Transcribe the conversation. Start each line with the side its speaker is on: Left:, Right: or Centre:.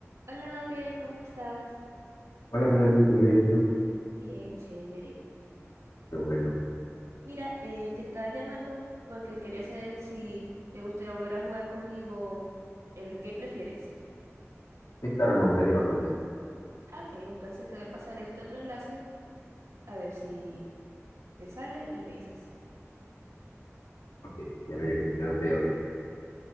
Right: Hola Gabriel, ¿cómo estás?
Left: Hola Melanie, muy bien, ¿y tú?
Right: Bien, chévere.
Left: Qué bueno.
Right: Mira, eh, te estaba llamando porque quería saber si te gustaría volver a jugar conmigo el que prefieres.
Left: Sí, claro, me gustaría bastante.
Right: Ah, Ok, entonces te voy a pasar este otro enlace a ver si te sale y me dices.
Left: Ok, ya me llegó, yo lo estoy abriendo.